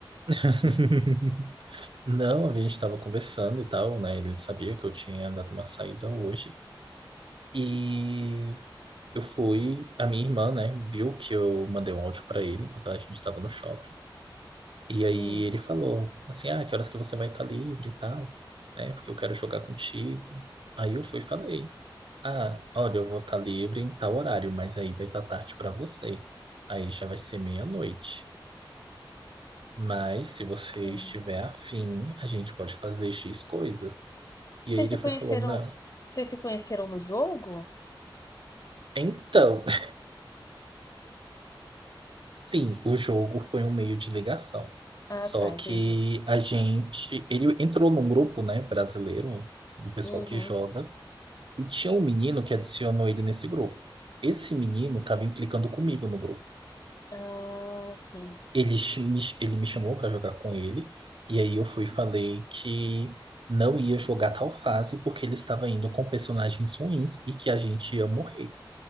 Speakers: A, on the right (about 75°); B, on the left (about 40°).
A: <laughs> Não, a gente estava conversando e tal, né? Ele sabia que eu tinha dado uma saída hoje. E eu fui, a minha irmã, né, viu que eu mandei um áudio para ele enquanto a gente estava no shopping. E aí
B: Hum,
A: ele falou assim: "Ah, que horas que você vai estar livre e tal?" Né? Porque eu quero jogar contigo. Aí eu fui e falei. Ah, olha, eu vou estar livre em tal horário, mas aí vai estar tarde para você. Aí já vai ser meia-noite. Mas se você
B: sim.
A: estiver afim, a gente pode fazer X coisas. E
B: Vocês
A: aí ele
B: se
A: foi
B: conheceram,
A: e falou: não.
B: vocês se conheceram no jogo?
A: Então, <laughs> sim, o jogo foi um meio de ligação.
B: Ah,
A: Só
B: tá,
A: que
B: entendi.
A: a gente. Ele entrou num grupo, né, brasileiro, do pessoal
B: Uhum.
A: que joga, e tinha um menino que adicionou ele nesse grupo. Esse menino estava implicando comigo no grupo.
B: Ah, sim.
A: ele, ch- me- ele me chamou para jogar com ele, e aí eu fui e falei que não ia jogar tal fase porque ele estava indo com personagens ruins e que a gente ia morrer,